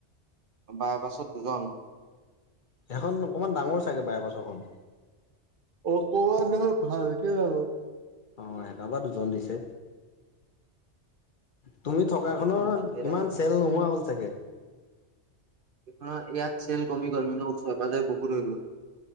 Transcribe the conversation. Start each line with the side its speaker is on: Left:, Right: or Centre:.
Right: বাইপাছত দুজন।
Left: সেইখন অকমান ডাঙৰ চাগে বাৰে পাছৰখন।
Right: অক'ব ন ঘালক য <unintelligible>
Left: অ', এটা বা দুজন দিছে, তুমি থকা দোকানখনত
Right: সেইখন ভালকে
Left: ইমান
Right: ৰাখ
Left: চেল নোহোৱা হ'ল চাগে।
Right: আমাৰ ইয়াত চেল কমি গ'ল, মানে ওচৰে - পাজৰে বহুত হৈ গ'ল।